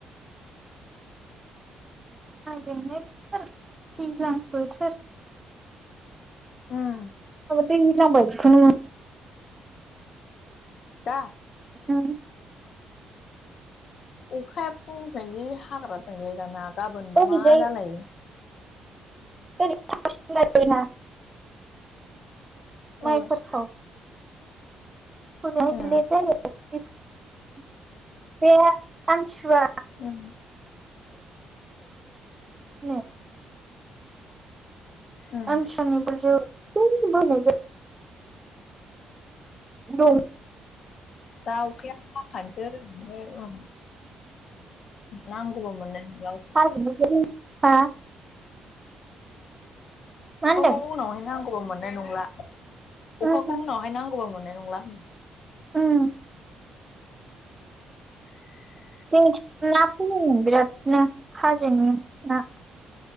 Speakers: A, on the right (about 20°); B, on the left (about 60°).
A: <unintelligible> बोथोर
B: उम
A: दैज्लां बायदिखौनो
B: दा
A: उम
B: अखाया फुंनिफ्राय जि हाग्रा दंलै दाना गाबोनबा
A: ओरैजाय
B: मा जालायो
A: <inaudible> <unintelligible> माइफोरखौ
B: ओ
A: <unintelligible>
B: ओ
A: बे आमथिसुवा
B: ओम
A: <unintelligible> <unintelligible>
B: दा
A: आमथिसुवा नि <unintelligible> दं
B: दा अखाया हाखानोसै उम नांगौबो मोन्नाय नंला अखा
A: हाजोनिफ्राय हा मा होनदों?
B: अखाखौ उनावहाय नां गोवाव मोननाय नंला
A: उम
B: अखाखौ उनावहाय नां हौवा मोननाय नंला
A: उम
B: <inaudible>
A: जोंथिं ना फौदोंमोन बिरादनो हाजोनि ना